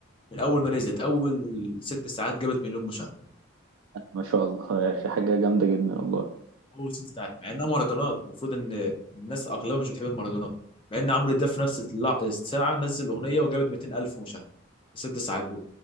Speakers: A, on the left; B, on the right.
A: من اول ما نزلت اول ست ساعات جابت مليون مشاهده
B: ما شاء الله يا أخي حاجة جامدة جدا والله
A: اول ست ساعات مع انها مهرجانات المفروض ان الناس اغلبها مش بتحب المهرجانات مع ان عمرو دياب في نفس اللع- الساعه نزل اغنيه وجابت 200 الف مشاهده في الست ساعات دول